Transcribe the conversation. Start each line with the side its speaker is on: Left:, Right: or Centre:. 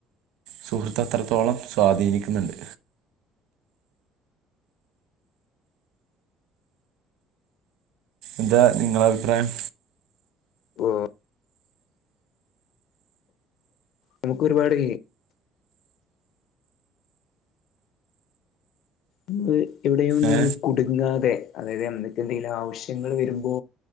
Right: സുഹൃത്ത് അത്രത്തോളം സ്വാധീനിക്കുന്നുണ്ട്. എന്താ നിങ്ങള അഭിപ്രായം.
Left: ഉം നമുക്കൊരുപാട് ൻ എവിടെയും ഒന്ന്
Right: ഏ
Left: കുടുങ്ങാതെ അതായത് എന്തൊക്കെ എന്തെങ്കിലും ആവശ്യങ്ങൾ വരുമ്പോ